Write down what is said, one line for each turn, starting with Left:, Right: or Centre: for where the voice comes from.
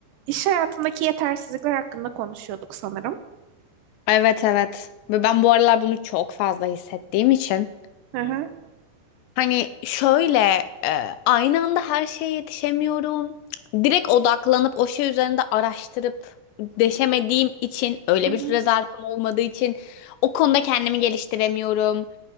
Right: İş hayatındaki yetersizlikler hakkında konuşuyorduk sanırım.
Left: Evet evet. Ve ben bu aralar bunu çok fazla hissettiğim için.
Right: Hı hı.
Left: Hani şöyle e, aynı anda her şeye yetişemiyorum. Direkt odaklanıp o şey üzerinde araştırıp deşemediğim için öyle
Right: Hı hı.
Left: bir süre zarfım olmadığı için o konuda kendimi geliştiremiyorum.